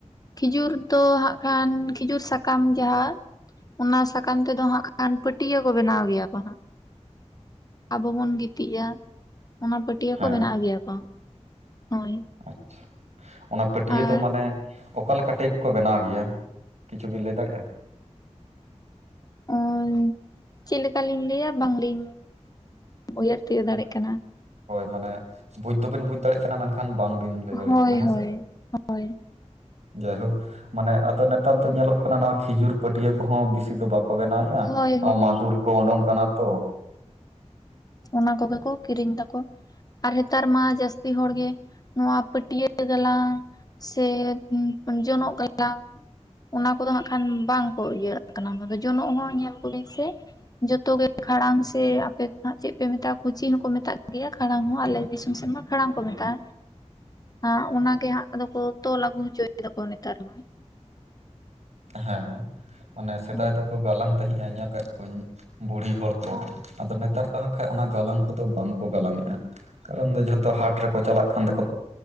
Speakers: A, on the left (about 30°); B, on the right (about 70°).
A: ᱠᱷᱤᱡᱩᱨ ᱫᱚ ᱦᱟᱸᱜ ᱠᱷᱟᱱ ᱠᱷᱤᱡᱩᱨ ᱥᱟᱠᱟᱢ ᱡᱟᱦᱟᱸ ᱚᱱᱟ ᱥᱟᱠᱟᱢ ᱛᱮ ᱫᱚ ᱦᱟᱸᱜ ᱠᱷᱟᱱ ᱯᱟᱹᱴᱭᱟᱹ ᱠᱚ ᱵᱮᱱᱟᱣ ᱜᱮᱭᱟ ᱠᱚ ᱦᱟᱸᱜ᱾ ᱟᱵᱚ ᱵᱚᱱ ᱜᱤᱛᱤᱡ-ᱟ, ᱚᱱᱟ ᱯᱟᱹᱴᱭᱟᱹ
B: ᱦᱮᱸ
A: ᱵᱮᱱᱟᱣ ᱜᱮᱭᱟ ᱠᱚ᱾ ᱦᱳᱭ᱾
B: ᱟᱪᱪᱷᱟ, ᱚᱱᱟ ᱯᱟᱹᱴᱭᱟᱹ
A: ᱟᱨ
B: ᱫᱚ ᱢᱟᱱᱮ ᱚᱠᱟ ᱞᱮᱠᱟ ᱴᱟᱭᱤᱯ ᱠᱚ ᱵᱮᱱᱟᱣ ᱜᱮᱭᱟ, ᱠᱤᱪᱷᱩ ᱵᱤᱱ ᱞᱟᱹᱭ ᱫᱟᱲᱮᱜᱼᱟ?
A: <unintelligible> ᱪᱮᱫ ᱞᱮᱠᱟ ᱞᱤᱧ ᱞᱟᱹᱭᱟ ᱵᱟᱝ ᱞᱤᱧ ᱩᱭᱦᱟᱹᱨ ᱛᱤᱭᱳᱜ ᱫᱟᱲᱮᱜ
B: ᱟᱪᱪᱷᱟ,
A: ᱠᱟᱱᱟ᱾
B: ᱦᱳᱭ ᱢᱟᱱᱮ ᱵᱩᱡ ᱫᱚ ᱵᱤᱱ ᱵᱩᱡᱽ ᱫᱟᱲᱮᱜ ᱠᱟᱱᱟ ᱢᱮᱱᱠᱷᱟᱱ ᱵᱟᱝ ᱵᱤᱱ ᱞᱟᱹᱭ ᱫᱟᱲᱮᱜ
A: ᱦᱳᱭ
B: ᱠᱟᱱᱟ, ᱦᱮᱸᱥᱮ?
A: ᱦᱳᱭ ᱦᱳᱭ
B: ᱡᱟᱭ ᱦᱳᱠ᱾ ᱢᱟᱱᱮ ᱟᱫᱚ ᱱᱮᱛᱟᱨ ᱫᱚ ᱧᱮᱞᱚᱜ ᱠᱟᱱᱟ ᱱᱚᱣᱟ ᱠᱷᱤᱡᱩᱨ ᱯᱟᱹᱴᱭᱟᱹ ᱠᱚᱦᱚᱸ ᱵᱤᱥᱤ ᱫᱚ ᱵᱟᱠ ᱠᱚ ᱵᱮᱱᱟᱣᱮᱫ-ᱟ
A: ᱦᱳᱭ
B: ᱱᱚᱣᱟ ᱢᱟᱫᱷᱩᱨ ᱠᱚ ᱩᱰᱩᱚᱝ ᱠᱟᱱᱟ ᱛᱚ᱾
A: ᱦᱮᱸ ᱚᱱᱟ ᱠᱚ ᱜᱮ ᱠᱚ ᱠᱤᱨᱤᱧ ᱫᱟᱠᱚ᱾ ᱟᱨ ᱦᱮᱛᱟᱨ ᱢᱟ ᱡᱟᱹᱥᱛᱤ ᱦᱚᱲ ᱜᱮ ᱱᱚᱣᱟ ᱯᱟᱹᱴᱭᱟᱹ ᱜᱟᱞᱟᱝ ᱥᱮ ᱡᱚᱱᱚᱜ ᱜᱟᱞᱟᱝ ᱚᱱᱟ ᱠᱚᱫᱚ ᱦᱟᱸᱜ ᱠᱷᱟᱱ ᱵᱟᱝ ᱠᱚ ᱤᱭᱟᱹᱣᱟᱜ ᱠᱟᱱᱟ, ᱚᱱᱟ ᱫᱚ ᱡᱚᱱᱚᱜ ᱦᱚᱸ ᱧᱮᱞ ᱠᱚᱵᱤᱱ ᱥᱮ? ᱡᱷᱚᱛᱚ ᱜᱮ ᱠᱷᱟᱲᱟᱝ ᱥᱮ ᱟᱯᱮ ᱫᱚ ᱦᱟᱸᱜ ᱪᱮᱫ ᱯᱮ ᱢᱮᱛᱟᱜᱼᱟ ᱠᱩᱪᱤ ᱦᱚᱸᱠᱚ ᱢᱮᱛᱟᱜ ᱜᱮᱭᱟ, ᱠᱷᱟᱲᱟᱝ ᱦᱚᱸ ᱟᱞᱮ ᱫᱤᱥᱚᱢ ᱥᱮᱫ ᱢᱟ ᱠᱷᱟᱲᱟᱝ ᱠᱚ ᱢᱮᱛᱟᱜ-ᱟ᱾
B: <inaudible>
A: ᱦᱟᱸ ᱚᱱᱟᱜ ᱜᱮ ᱦᱟᱸᱜ ᱟᱫᱚ ᱠᱚ ᱛᱚᱞ ᱟᱹᱜᱩ ᱦᱚᱪᱚᱭ ᱫᱟ ᱠᱚ ᱱᱮᱛᱟᱨ ᱢᱟ᱾
B: ᱦᱮᱸ ᱢᱟᱱᱮ ᱥᱮᱫᱟᱭ
A: ᱦᱳᱭ
B: ᱫᱚᱠᱚ ᱜᱟᱞᱟᱝ ᱛᱟᱦᱮᱸᱜ-ᱟ ᱧᱮᱞ ᱠᱟᱫ ᱠᱚᱣᱟᱹᱧ ᱵᱩᱲᱦᱤ ᱦᱚᱲ ᱠᱚ᱾ ᱟᱫᱚ ᱱᱮᱛᱟᱨ ᱫᱚ ᱦᱟᱸ ᱠᱷᱟᱡ ᱚᱱᱟ ᱜᱟᱞᱟᱝ ᱠᱚ ᱫᱚ ᱵᱟᱝ ᱠᱚ ᱜᱟᱞᱟᱝᱮᱫ-ᱟ᱾ ᱠᱟᱨᱚᱱ ᱫᱚ ᱡᱷᱚᱛᱚ ᱦᱟᱴ ᱨᱮᱠᱚ ᱪᱟᱞᱟᱜ ᱠᱟᱱ ᱛᱮᱠᱚ